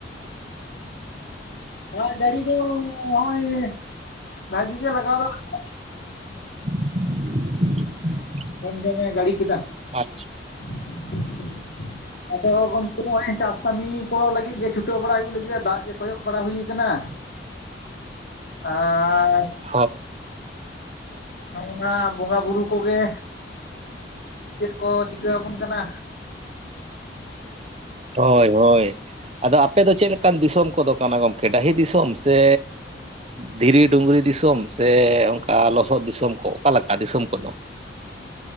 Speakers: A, on the left; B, on the right.
A: ᱫᱟᱜ ᱡᱟᱹᱲᱤ ᱫᱚ ᱱᱚᱜᱼᱚᱭ ᱵᱷᱟᱹᱜᱤ ᱜᱮ ᱞᱟᱜᱟᱣ ᱫᱚ ᱞᱟᱜᱟᱣ
B: <inaudible>
A: <unintelligible> ᱡᱟᱹᱲᱤ ᱠᱮᱫᱟ
B: ᱟᱪᱪᱷᱟ
A: <inaudible> ᱟᱫᱚ ᱜᱚᱝᱠᱮ ᱱᱚᱜᱼᱚᱭ ᱪᱟᱥ ᱠᱟᱹᱢᱤ ᱠᱚ ᱞᱟᱹᱜᱤᱫ ᱜᱮ ᱪᱷᱩᱴᱟᱹᱣ ᱵᱟᱲᱟ ᱦᱩᱭᱩᱜ ᱞᱟᱹᱜᱤᱫ ᱫᱟᱜ ᱜᱮ ᱠᱚᱭᱚᱜ ᱵᱟᱲᱟ ᱦᱩᱭ ᱟᱠᱟᱱᱟ ᱟᱨ
B: <unintelligible>
A: ᱱᱚᱜᱼᱚᱭᱱᱟ ᱵᱚᱸᱜᱟ ᱵᱩᱨᱩ ᱠᱚᱜᱮ ᱪᱮᱫ ᱠᱚ ᱪᱤᱠᱟᱹ ᱟᱵᱚᱱ ᱠᱟᱱᱟ
B: ᱦᱳᱭ ᱦᱳᱭ ᱟᱫᱚ ᱟᱯᱮ ᱫᱚ ᱪᱮᱫ ᱞᱮᱠᱟᱱ ᱫᱤᱥᱚᱢ ᱠᱚᱫᱚ ᱠᱟᱱᱟ ᱜᱚᱝᱠᱮ ᱰᱟᱹᱦᱤ ᱫᱤᱥᱚᱢ ᱥᱮ ᱫᱷᱤᱨᱤ ᱰᱩᱝᱨᱤ ᱫᱤᱥᱚᱢ ᱥᱮ ᱚᱱᱠᱟ ᱞᱚᱥᱚᱫ ᱫᱤᱥᱚᱢ ᱠᱚ ᱚᱠᱟᱞᱮᱠᱟ ᱫᱤᱥᱚᱢ ᱠᱚᱫᱚ